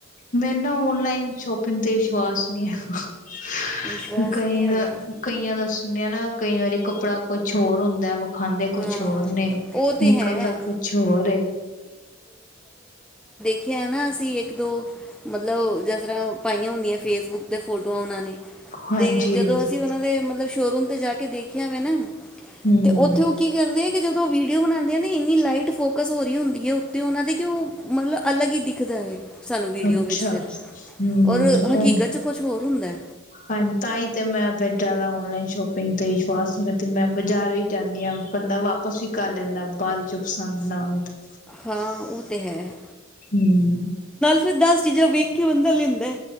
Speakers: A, on the left (about 40°); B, in the centre.
A: ਮੈਨੂੰ ਨਾ ਓਨਲਾਈਨ ਸ਼ੋਪਿੰਗ ਤੇ ਵਿਸ਼ਵਾਸ ਨਹੀਂ ਹੈ
B: ਵਿਸ਼ਵਾਸ
A: ਕਈ
B: ਨਹੀਂ ਹੈਗਾ
A: ਦਾ ਕਈਆਂ ਦਾ ਸੁਣਿਆ ਨਾ ਕਈ ਵਾਰੀ ਕੱਪੜਾ ਕੁਛ ਹੋਰ ਹੁੰਦਾ ਵਖਾਂਦੇ ਕੁਛ
B: ਹਾਂ
A: ਹੋਰ ਨੇ
B: ਉਹ ਤੇ
A: ਨਿਕਲਦਾ
B: ਹੈ
A: ਕੁਛ ਹੋਰ
B: ਕਿਆ ਨਾ ਅਸੀਂ ਇੱਕ ਦੋ ਮਤਲਬ ਜਿਸ ਤਰ੍ਹਾਂ ਪਾਈਆਂ ਹੁੰਦੀਆਂ ਫੇਸਬੁੱਕ 'ਤੇ ਫੋਟੋਆਂ ਉਹਨਾਂ ਨੇ
A: ਹਾਂਜੀ
B: ਤੇ ਜਦੋਂ
A: ਹਾਂਜੀ
B: ਅਸੀਂ ਉਹਨਾਂ ਦੇ ਮਤਲਬ ਸ਼ੋਅਰੂਮ 'ਤੇ ਜਾ ਕੇ ਦੇਖਿਆ ਮੈਂ ਨਾ
A: ਹੂੰ
B: ਤੇ ਉੱਥੇ ਉਹ ਕੀ ਕਰਦੇ ਜਦੋਂ ਵੀਡੀਓ ਬਣਾਉਂਦੇ ਨੇ ਇੰਨੀ ਲਾਈਟ ਫੋਕਸ ਹੋ ਰਹੀ ਹੁੰਦੀ ਉੱਤੇ ਉਹਨਾਂ ਦੇ ਕਿ ਉਹ ਮਤਲਬ ਅਲੱਗ ਹੀ ਦਿਖਦਾ ਹੈ ਸਾਨੂੰ ਵੀਡੀਓ
A: ਅੱਛਾ
B: ਵਿੱਚ ਫਿਰ
A: ਹੂੰ
B: ਔਰ
A: ਉਹ
B: ਹਕੀਕਤ ਚ ਕੁਛ ਹੋਰ ਹੁੰਦਾ
A: ਹਾਂਜੀ ਤਾਂ ਹੀ ਤੇ ਮੈਂ ਫੇਰ ਜ਼ਿਆਦਾ ਔਨਲਾਈਨ ਸ਼ੋਪਿੰਗ ਤੇ ਵਿਸ਼ਵਾਸ ਨਹੀਂ ਕਰਦੀ ਮੈਂ ਬਾਜ਼ਾਰੋਂ ਹੀ ਜਾਂਦੀ ਹਾਂ ਬੰਦਾ ਵਾਪਸ ਹੀ ਕਰ ਲੈਂਦਾ ਬਅਦ ਚੋਂ ਪਸੰਦ ਨਾ ਆਵੇ ਤਾਂ।
B: ਹਾਂ ਉਹ ਤੇ ਹੈ
A: ਹੂੰ
B: ਫਿਰ ਦਸ ਚੀਜ਼ਾਂ ਵੇਖ ਕੇ ਬੰਦਾ ਲੈਂਦਾ